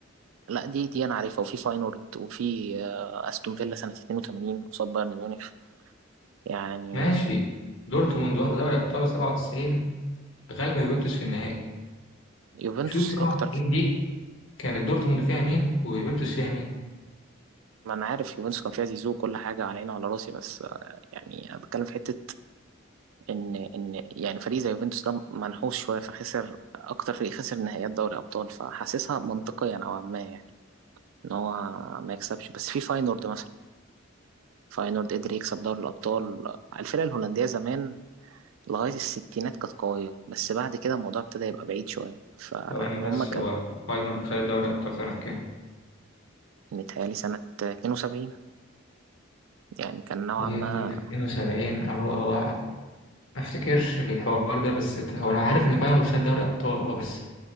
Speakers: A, on the right; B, on the left.
A: لا دي دي انا عارفها وفي فاينورد وفي آه، استون فيلا سنه 82 قصاد بايرن ميونخ يعني
B: ماشي دورتموند واخدة دوري أبطال 97 غالبة يوفنتوس في النهائي
A: يوفنتوس
B: شوف 97
A: اكتر ف...
B: دي كانت دورتموند فيها مين ويوفنتوس فيها مين
A: ما انا عارف يوفنتوس كان فيها زيزو وكل حاجه على عيني وعلى راسي بس آه، يعني انا بتكلم في حته ان ان يعني فريق زي يوفنتوس ده منحوس شويه فخسر اكتر فريق خسر نهائيات دوري ابطال فحاسسها منطقيا نوعا ما يعني ان هو ما يكسبش بس في فاينورد مثلا فاينورد قدر يكسب دوري الابطال الفرقه الهولنديه زمان لغايه الستينات كانت قويه بس بعد كده الموضوع ابتدى يبقى بعيد شويه فهم
B: ثواني بس
A: كان
B: هو فاينورد خد دوري أبطال سنة كام؟
A: متهيألي سنه 72 يعني كان نوعا
B: فاينورد
A: ما
B: 72 أو أو ما أفتكرش الحوار ده بس ت- هو أنا عارف إن فاينورد خد دوري أبطال أه بس